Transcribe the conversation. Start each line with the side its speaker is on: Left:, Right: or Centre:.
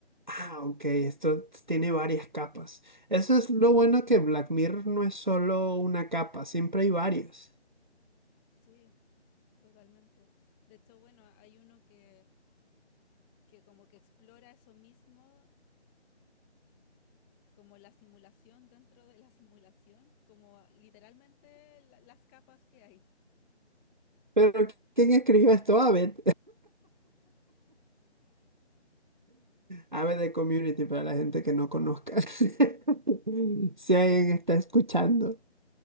Right: ah, ok, esto tiene varias capas. Eso es lo bueno que Black Mirror no es solo una capa, siempre hay varias.
Centre: Sí, totalmente. De hecho, bueno, hay uno que, que como que explora eso mismo como la simulación dentro de la simulación, como literalmente la- las capas que hay.
Right: Pero ¿quién escribió esto? Abed. Abed <laughs> de Community para la gente que no conozca. <laughs> Si alguien está escuchando.